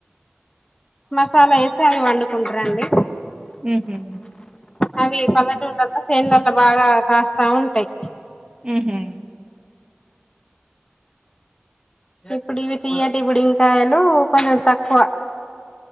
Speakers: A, on the left (about 20°); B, on the right (about 20°).
A: మసాలా వేసి అవి వండుకుంటారండి
B: మ్మ్ హు
A: అవి పల్లెటూళ్ళలో సేనులలో బాగా కాస్తా ఉంటాయి
B: మ్మ్ హు
A: ఇప్పుడు ఇవి తీయటి బుడంకాయలు కొంచెం తక్కువ